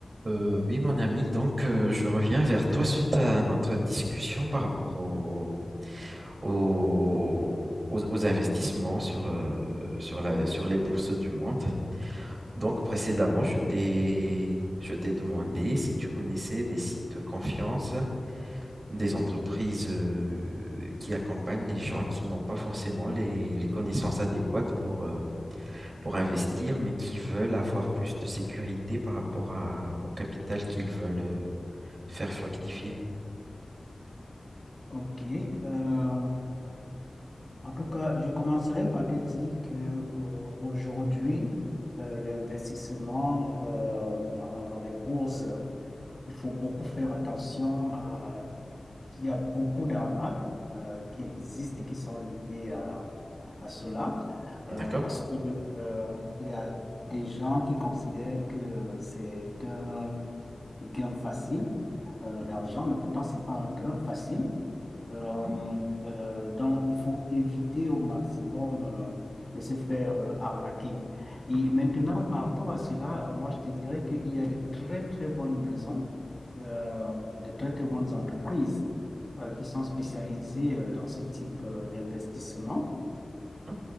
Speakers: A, on the right (about 80°); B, on the left (about 30°).
A: Euh, oui, mon ami, donc euh, je reviens vers toi suite à notre discussion par rapport au- au- aux, aux investissements sur, euh, sur la- sur les bourses du monde. Donc précédemment, je t'ai, je t'ai demandé si tu connaissais des sites de confiance, des entreprises euh, qui accompagnent les gens qui n'ont pas forcément les, les connaissances adéquates pour, euh, pour investir, mais qui veulent avoir plus de sécurité par rapport à- au capital qu'ils veulent. euh, Faire fructifier.
B: Ok. Euh, en tout cas, je commencerai par te dire que euh, aujourd'hui, euh, l'investissement euh, dans, dans les bourses, il faut beaucoup faire attention à il y a beaucoup d'arnaques euh, qui existent et qui sont liées à, à cela,
A: D'accord.
B: euh, parce que euh, il y a des gens qui considèrent que euh, c'est un gain facile euh,
A: Mhm,
B: d'argent, mais pourtant c'est pas un gain facile. Euh,
A: mhm,
B: euh, donc, il faut éviter au maximum euh, de se faire euh, arnaquer. Et
A: mhm,
B: maintenant, par rapport à cela, euh, moi, je te dirais qu'il y a de très, très bonnes maisons, euh, de très, très bonnes entreprises euh, qui sont spécialisées euh, dans ce type euh, d'investissement.
A: mhm,